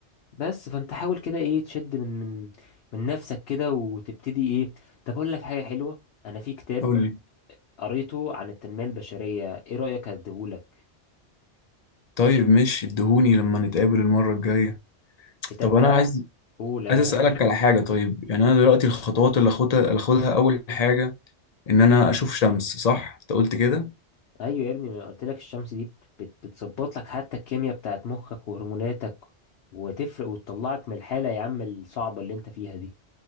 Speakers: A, on the left; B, on the left.
A: بس فانت حاول كده ايه تشد من من من نفسك كده وتبتدي ايه طب اقول لك حاجه حلوه انا في كتاب
B: قول لي
A: قريته عن التنميه البشريه ايه رايك اديهولك
B: طيب ماشي اديهوني لما نتقابل المرة الجاية
A: الكتاب
B: طب
A: ده
B: انا عايز
A: اولى
B: عايز اسالك على حاجه طيب يعني انا دلوقتي الخطوات اللي اخدها اللي اخدها اول حاجه ان انا اشوف شمس صح انت قلت كده
A: ايوه يا ابني ما قلت لك الشمس دي بت- بتظبط لك حتى الكيمياء بتاعت مخك وهرموناتك وتفرق وتطلعك من الحاله يا عم الصعبه اللي انت فيها دي